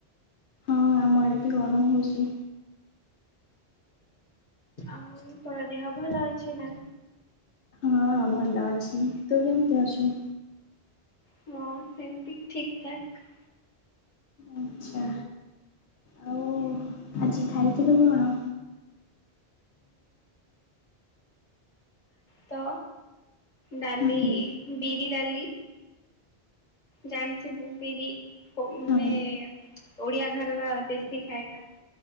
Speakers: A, on the left; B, on the left.
A: ହଁ ଆମ ଆଡ଼େ ବି ଗରମ ହେଉଚି।
B: ଆଉ ତୋର ଦେହ ଭଲ ଅଛି ନା?
A: ହଁ ଭଲ ଅଛି, ତୁ କେମିତି ଅଛୁ?
B: ହଁ ସେମିତି ଠିକ ଠାକ।
A: ଆଚ୍ଛା ଆଉ ଆଜି ଖାଇଥିଲୁ କଣ?
B: ତ ଡାଲି
A: ହୁଁ
B: ବିରି ଡାଲି। ଜାଣିଥିବୁ
A: ହଁ
B: ବିରି ମାନେ
A: ହଁ
B: ଓଡିଆ ଘରର ଦେଶୀ ଖାଇବା।